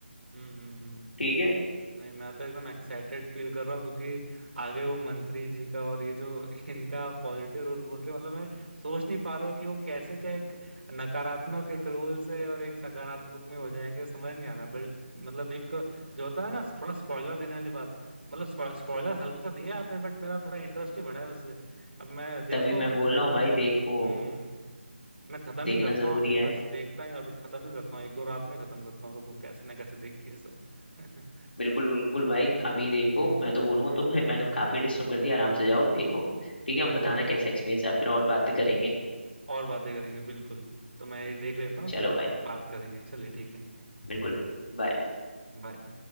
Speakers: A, on the right (about 65°); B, on the left (about 60°).
A: हम्म हम्म हम्म
B: ठीक है
A: नहीं मैं तो एकदम एक्साइटेड फील कर रहा हूँ क्योंकि आगे वो मंत्री जी का और ये जो <laughs> इनका पॉजिटिव रोल बोल रहे हैं मतलब मैं सोच नहीं पा रहा हूँ कि वो कैसे क्या एक नकारात्मक एक रोल से और एक सकारात्मक में हो जाएंगे समझ नहीं आ रहा बिल- मतलब एक जो होता है ना थोड़ा स्पॉइलर देने वाली बात मतलब स्पॉइलर हल्का सा दिया आपने बट मेरा थोड़ा इंटरेस्ट ही बढ़ा है उससे अब मैं देखता
B: तभी
A: हूँ
B: मैं बोल
A: डायरेक्टली
B: रहा हूँ भाई देखो
A: हम्म मैं खत्म
B: देखना
A: ही करता
B: जरूरी
A: हूँ अभी
B: है
A: बस देखता ही अभी खत्म ही करता हूँ एक दो रात में खत्म करता हूँ रुको कैसे ना कैसे देख के ये सब <laughs>
B: बिल्कुल बिल्कुल भाई अभी देखो
A: हम्म
B: मैं तो बोलूंगा
A: हम्म
B: तुम्हें मैंने काफी डिस्टर्ब कर दिया आराम से जाओ देखो ठीक है हम
A: बिल्कुल
B: बताना कैसा एक्सपीरियंस है फिर और बात भी करेंगे
A: और बातें करेंगे बिल्कुल तो मैं ये देख लेता हूँ
B: चलो
A: फिर
B: भाई
A: बात करेंगे चलिए ठीक है
B: बिल्कुल बाय
A: बाय